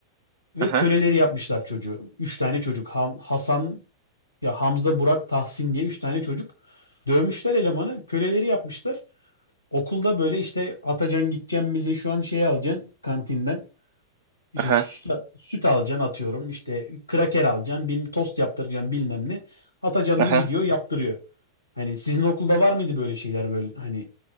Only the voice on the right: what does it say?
Aha.
Aha.
Aha.